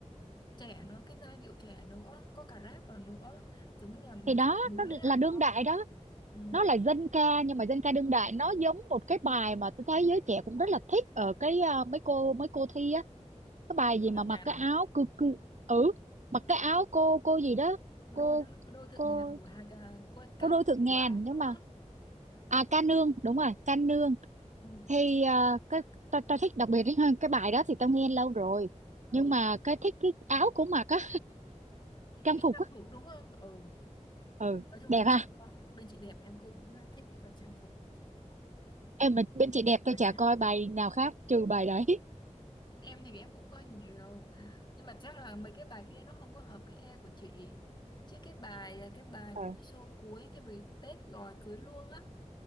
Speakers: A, on the left; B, on the right.
A: trẻ nữa, cái giai điệu trẻ nữa, có cả rap vào nữa, giống như là
B: thì đó
A: mới
B: nó
A: lại
B: là đương
A: đó.
B: đại đó
A: Ừ.
B: nó là dân ca nhưng mà dân ca đương đại nó giống một cái bài mà tôi thấy giới trẻ cũng rất là thích ở cái ờ, mấy cô mấy cô thi á cái bài
A: Cô
B: gì
A: Thượng
B: mà mặc
A: Ngàn
B: cái
A: à?
B: áo cư cư ừ mặc cái áo cô cô gì đó
A: Cô
B: cô
A: đôi đó, cô đôi Thượng
B: cô
A: Ngàn của Hà cô Can
B: cô đôi thượng
A: Kiều
B: ngàn
A: Anh
B: nhưng
A: đó.
B: mà à ca nương đúng rồi ca nương
A: Ừ.
B: thì ờ, cái tao tao thích đặc biệt ấy hơn cái bài đó thì tao nghe lâu rồi
A: ừ.
B: nhưng mà cái thích cái áo của mặc á trang
A: Cái
B: phục
A: trang
B: á
A: phục đúng không? Ừ.
B: ừ
A: Nói chung
B: đẹp
A: là bên,
B: ha
A: bên chị đẹp em cũng thích cái phần trang
B: em mà bên chị
A: phục.
B: đẹp tôi chả coi bài nào khác trừ bài đấy
A: em thì em cũng coi nhiều nhưng mà chắc là mấy cái bài kia nó không có hợp cái e của chị chứ cái bài cái bài
B: Ờ,
A: của cái show cuối cái bài Tết gọi cưới luôn á